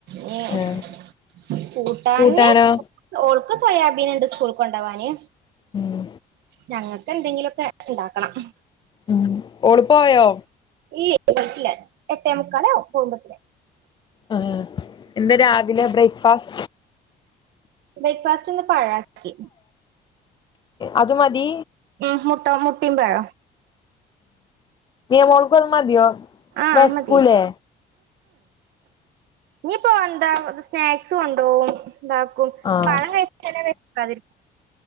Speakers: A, on the right (about 80°); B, on the left (about 25°).
A: ങ്
B: ആഹ്
A: കൂട്ടാൻ
B: കൂട്ടാനോ
A: ഓക്ക ഓൾക്ക്- സോയാബീൻ ഉണ്ട് സ്കൂൾ കൊണ്ടവാാന്
B: ഉം
A: ഞങ്ങൾക്ക് എന്തെങ്കിലുമൊക്കെ ഉണ്ടാക്കണം
B: ഉ എളപ്പയോ
A: ഈ എട്ടേ മുുക്കാളെ കുമ്പത്തിലേ
B: ആ എന്താ രാവിലെ ബ്രേക്ക്ഫാസ്റ്റ്
A: ബ്രേക്ക്ഫാസ്റ്റ്ന്ന് പാഴാക്കി
B: അത് മതി
A: ഉം മുട്ട മുട്ടിയമ്പഴ
B: മഴക്കൽ മതിയോ
A: ആഹ
B: വെശക്കൂലേ
A: അ മതി ഇനിയിപ്പോൊ എന്താ സ്നാക്സും ഉണ്ടോും ഉണ്ടാക്കും
B: ആഹ്
A: പളം കഴിച്ചെ വക്കാതിരിക്ക